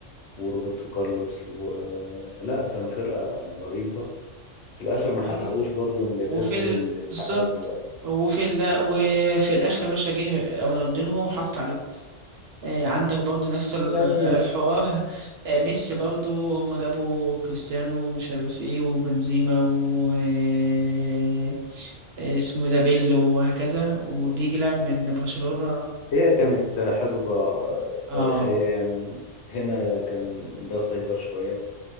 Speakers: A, on the left; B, on the right.
A: وروبرتو كارلوس و... لا كانوا فرقة رهيبة في الآخر
B: و...
A: ما حققوش برضو إنجازات
B: وفي
A: زي
B: ال...
A: اللي اتحققت
B: بالظبط
A: دلوقتي
B: وفي ال... وفي الآخر يا باشا جه رونالدينيو وحط عليهم إيه، عندك برضو نفس ال-
A: يعني
B: الحوار إيه، ميسي برضو هم جابوا كريستيانو ومش عارف ايه وبنزيما و إيه، اسمه ده بيل وهكذا وبيجي لاعب من برشلونة
A: هي كانت حقبة
B: اه
A: تاريخية يعني هنا كان ده سيطر شوية